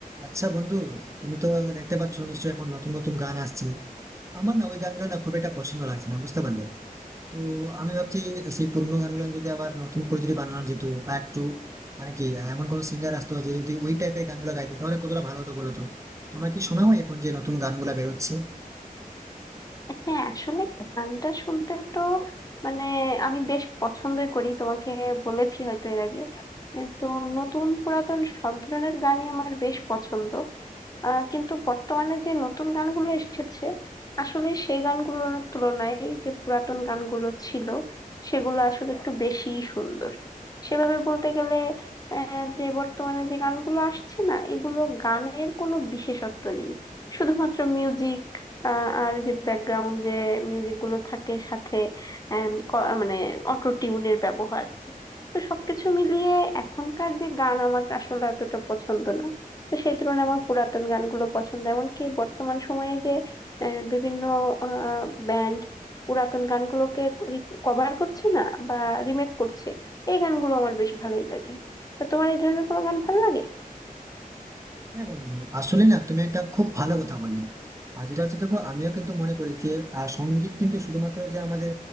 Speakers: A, on the right (about 20°); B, on the left (about 25°).
A: আচ্ছা বন্ধু তুমি তো দেখতে পাচ্ছ নিশ্চয়ই এখন নতুন নতুন গান আসছে আমার না ওই গানগুলো না খুব একটা পছন্দ লাগছে না বুঝতে পারলে তো আমি ভাবছি সেই পুরোনো গানগুলো যদি আবার নতুন করে যদি বানানো যেত বা একটু মানে কি এমন কোনো সিঙ্গার আসতো যে যদি ওই টাইপের গানগুলো গাইতো তাহলে কতটা ভালো হতো বলো তো তোমার কি শোনা হয় এখন যে নতুন গানগুলো বেরোচ্ছে
B: হ্যাঁ আসলে গানটা শুনতে তো মানে আমি বেশ পছন্দই করি তোমাকে বলেছি হয়তো এর আগে এ তো নতুন পুরাতন সব ধরনের গানই আমার বেশ পছন্দ আহ কিন্তু বর্তমানে যে নতুন গানগুলো এসেছে আসলে সেই গানগুলোর তুলনায় যে পুরাতন গানগুলো ছিল সেগুলো আসলে একটু বেশি সুন্দর সেভাবে বলতে গেলে আহ, যে বর্তমানে যে গানগুলো আসছে না এগুলো গানের কোনো বিশেষত্ব নেই শুধুমাত্র মিউজিক আর যে ব্যাকগ্রাউন্ড যে মিউজিক গুলো থাকে সাথে আম, ক- মানে অটো টিউনের ব্যবহার তো সবকিছু মিলিয়ে এখনকার যে গান আমার আসলে এতটা পছন্দ না তো সেই তুলনায় আমার পুরাতন গানগুলো পছন্দ এমনকি বর্তমান সময়ে যে আহ, বিভিন্ন ব্যান্ড পুরাতন গানগুলোকে কভার করছে না বা রিমেক করছে এই গানগুলো আমার বেশ ভালোই লাগে তো তোমার এই ধরনের কোনো গান ভালো লাগে
A: হ্যাঁ বন্ধু আসলে না তুমি একটা খুব ভালো কথা বললে আর যেটা হচ্ছে দেখো আমিও কিন্তু মনে করি যে আহ, সঙ্গীত কিন্তু শুধুমাত্র যে আমাদের